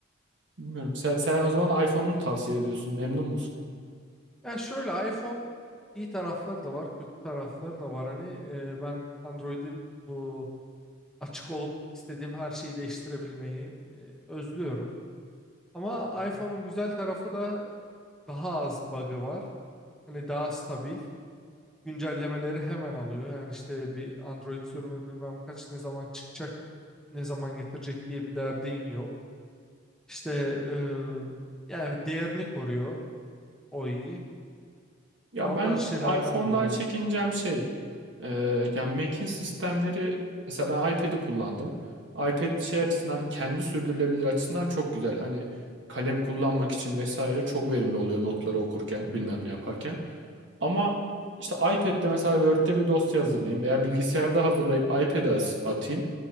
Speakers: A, on the right; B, in the centre.
A: Bilmiyorum. Sen, sen o zaman iPhone'u mu tavsiye ediyorsun? Memnun musun?
B: Ya şöyle iPhone iyi tarafları da var, kötü tarafları da var. Hani e, ben Android'in bu açık olup istediğim her şeyi değiştirebilmeyi e, özlüyorum. Ama
A: Hı hı.
B: iPhone'un güzel tarafı da daha az bug'ı var. Hani daha stabil. güncellemeleri hemen alıyor. Yani işte bir Android sürümü bilmem kaç ne zaman çıkacak, ne zaman getirecek diye bir derdin yok. İşte e, yani değerini koruyor o iyi.
A: Ya
B: Ya o
A: ben
B: tarz şeylerden
A: iPhone'dan
B: dolayı.
A: çekineceğim şey. e, yani Mac'in sistemleri mesela ben iPad'i kullandım. iPad şey açısından kendi sürdürülebilir açısından çok güzel. Hani kalem kullanmak için vesaire çok verimli oluyor notları okurken bilmem ne yaparken. Ama işte iPad'de mesela Word'de bir dosya hazırlayayım veya bilgisayarda hazırlayıp iPad'e as- atayım.